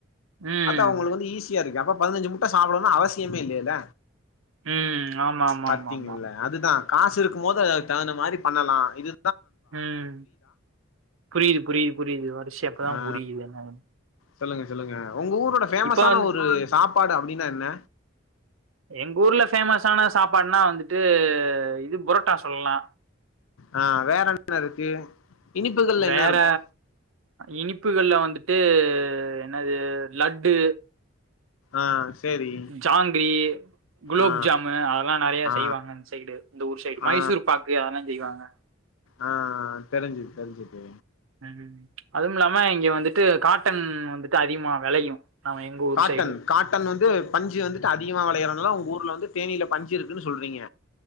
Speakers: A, on the right (about 80°); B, on the left (about 80°).
A: ம்
B: அதா அவுங்களுக்கு வந்து ஈசி தியா இருக்கே அப்ப பதினஞ்சி முட்ட சாப்படனு அவசியமே இல்லேல
A: ம் ஆமா ஆமா
B: பாத்தீங்கல்ல
A: ஆமா ஆமா
B: அதுதா காசு இருக்குமோது அதுக்கு தகுந்த மாரி பண்ணலா இது
A: ம் புரிது புரிது புரிது வரிஸ்யா இப்பதா
B: ஆ
A: புரிது என்னனு
B: சொல்லுங்க சொல்லுங்க உங்க ஊரோட ஃபேமஸான
A: இப்ப வந்து
B: ஒரு சாப்பாடு அப்டினா என்ன
A: எங்க ஊர்ல ஃபேமஸான சாப்பாட்னா வந்துட்டு இது புரோட்டா சொல்லலா
B: ஆ வேற என்ன இருக்கு இனிப்புகள்ல
A: வேற
B: என்ன இருக்கு
A: இனிப்புகள்ல வந்துட்டு என்னது லட்டு
B: ஆ சேரி
A: ஜாங்கிரி குலாப்ஜாமு
B: ஆ
A: அதலா நெறைய
B: ஆ
A: செய்வாங்க இந் சைடு இந்த ஊர் சைடு
B: ஆ
A: மைசூர்பாக்கு அதெல்லா செய்வாங்க
B: ஆ ஆ தெரிஞ்சுது தெரிஞ்சுது
A: ம் அதும் இல்லாம இங்க வந்துட்டு காட்டன் வந்துட்டு அதிகமா வெளையு நம்ம எங்க ஊர்
B: காட்டன்
A: சைடு
B: காட்டன் வந்து பஞ்சு வந்துட்டு அதிகமா வெளையறதுனால உங் ஊர்ல வந்து தேனில பஞ்சு இருக்குனு சொல்றீங்க